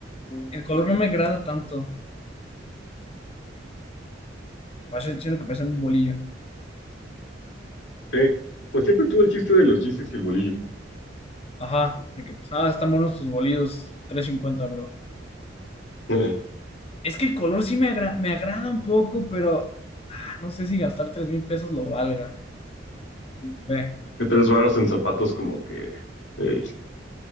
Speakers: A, on the left; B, on the left.
A: el color no me agrada tanto. Parece- Siento que parecen un bolillo.
B: Eh, pues siempre estuvo el chiste de los Yeezys y el bolillo.
A: Ajá. de que, ah, están buenos tus bolillos. tres cincuenta, bro.
B: Ajá. <laughs>
A: Es que el color sí me, agra- me agrada un poco, pero ah, no sé si gastar tres mil pesos lo valga. Ve.
B: Que tres varas en zapatos como que... eh,